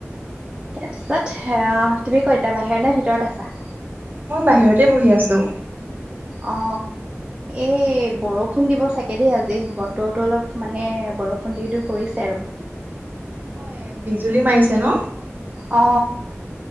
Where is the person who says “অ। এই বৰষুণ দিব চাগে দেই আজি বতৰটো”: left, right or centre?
Right